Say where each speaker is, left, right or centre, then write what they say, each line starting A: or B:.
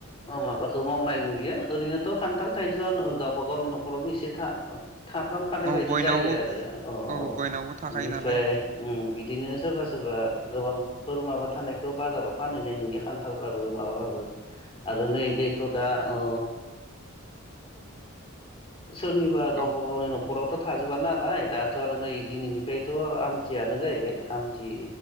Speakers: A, on the left; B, on the right.
A: माबाखौ मावनाय नुयो ओरैनोथ खान्थाल- थाइजौवा गावबा गावनि नखरावनो एसे था- थाफ्राम खानाय
B: औ
A: बायदि
B: बयनावबो
A: जायो आरो अ औ
B: बयनावबो थाखायो
A: बेनिफ्राय
B: नालाय
A: उम बिदिनो सोरबा सोरबा गोबांफोर माबा थानायखौ बाजाराव फानहैनाय नुयो खान्थालबाबो माबाबाबो आरो नैबेथ दा अ सोरनिबा
B: औ
A: गावबा गावनि न- खरावथ थाजोबा नालाय दाथ आरो नै दिनैनिफ्रायथ आमथियानो जाहैबाय आमथि